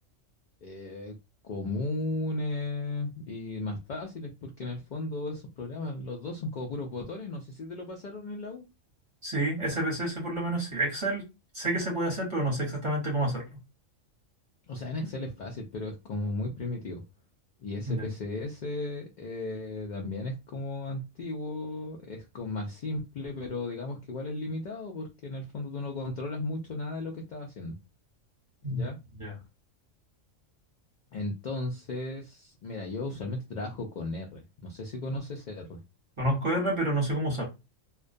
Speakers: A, on the left; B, on the right.
A: eh, comunes y más fáciles, porque en el fondo esos programas, los dos son como puros botones, no sé si te lo pasaron en la U.
B: Sí, SPSS por lo menos sí. Excel sé que se puede hacer, pero no sé exactamente cómo hacerlo.
A: O sea, en Excel es fácil, pero es como muy primitivo. Y SPSS
B: Ya,
A: eh, también es como antiguo, es como más simple, pero digamos que igual es limitado, porque en el fondo tú no controlas mucho nada de lo que estás haciendo, ¿ya?
B: mm, ya.
A: Entonces, mira, yo usualmente trabajo con R. No sé si conoces R.
B: Conozco R, pero no sé cómo usar.